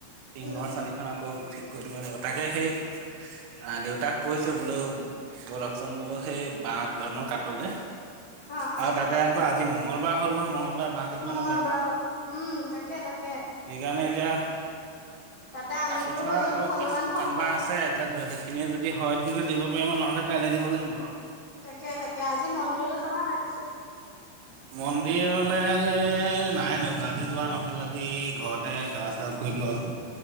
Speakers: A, on the right; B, on the left.
A: টিঙৰ
B: উম
A: চালিখন আকৌ ঠিক কৰি দিব লাগিব তাকে সেই আ, দেউতাক কৈছে বোলো বলকচোন বোলো সেই বাঁহ দুডালমান কাটোগে।
B: অ
A: আৰু
B: অ
A: তাতে আকৌ আজি মংগলবাৰ হ'ল নহয় মংগল মঙলবাৰে বাঁহ কাটিব
B: মংগলবাৰ
A: নাপায়,
B: হ'ল উম তাকে তাকে
A: সেইকাৰণে এতিয়া
B: তাতে আমিবোৰ
A: কাটি থোৱা
B: হৈছো
A: আগৰ
B: হনুমান
A: শুকান
B: ভক্ত
A: বাঁহ আছে। এতিয়া সেইখিনিয়ে যদি হয় তেনেহলে দিব পাৰিবা নহলে কাইলৈ দিব লাগিব আৰু।
B: তাকে তাকে আজি মন্দিৰলৈ যাবা নাই? পিছে
A: মন্দিৰলে এ নাই নো আজি যোৱা নহ'ল আজি ঘৰতে সেৱা চেৱা কৰিলোঁ আৰু।